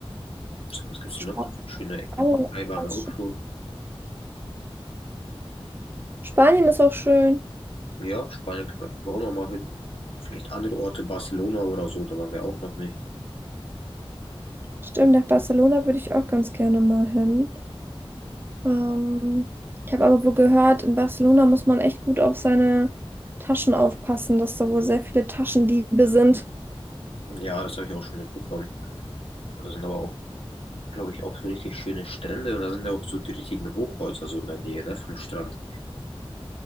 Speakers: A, on the left; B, on the right.
A: so, was gibt es
B: Spanien
A: noch so für schöne Ecken? Türkei
B: ist
A: waren
B: auch
A: wir
B: schön.
A: auch schon.
B: Spanien ist auch schön.
A: Ja, Spanien können wir auf jeden Fall auch noch mal hin. Vielleicht andere Orte, Barcelona oder so, da waren wir auch noch nicht.
B: Stimmt, nach Barcelona würde ich auch ganz gerne mal hin. Ähm, ich habe aber wohl gehört, in Barcelona muss man echt gut auf seine Taschen aufpassen, dass da wohl sehr viele Taschendiebe sind.
A: Ja, das habe ich auch schon mitbekommen. Da sind aber auch, glaube ich, auch so richtig schöne Strände und da sind ja auch so die richtigen Hochhäuser so in der Nähe, ne, vom Strand.